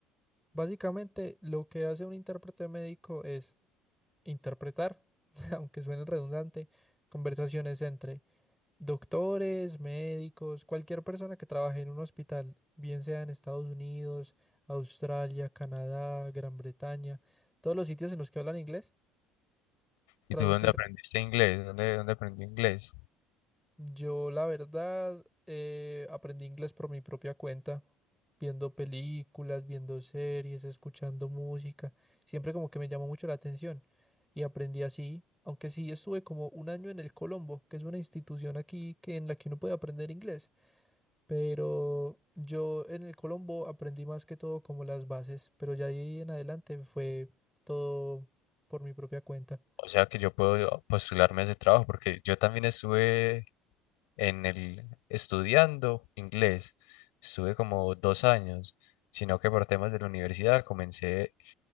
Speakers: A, in the centre; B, on the left.
A: Básicamente, lo que hace un intérprete médico es interpretar, <laughs> aunque suene redundante, conversaciones entre doctores, médicos, cualquier persona que trabaje en un hospital, bien sea en Estados Unidos, Australia, Canadá, Gran Bretaña, todos los sitios en los que hablan inglés, traducir
B: ¿Y tú dónde aprendiste inglés? ¿Dónde, dónde aprendí inglés?
A: Yo, la verdad, eh, aprendí inglés por mi propia cuenta, viendo películas, viendo series, escuchando música. Siempre como que me llamó mucho la atención y aprendí así, aunque sí estuve como un año en el Colombo, que es una institución aquí que en la que uno puede aprender inglés. Pero yo en el Colombo aprendí más que todo como las bases, pero ya ahí en adelante fue todo por mi propia cuenta.
B: O sea que yo puedo postularme a ese trabajo porque yo también estuve en el estudiando inglés. Estuve como dos años, sino que por temas de la universidad comencé,